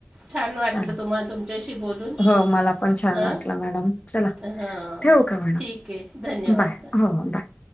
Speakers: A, on the right; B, on the left.
A: छान वाटलं
B: चाले
A: तुम्हाला तुमच्याशी बोलून
B: हो मला पण छान
A: हां
B: वाटलं मॅडम चला
A: हां
B: ठेवू का मॅडम
A: ठीक आहे धन्यवाद
B: बाय हो हो बाय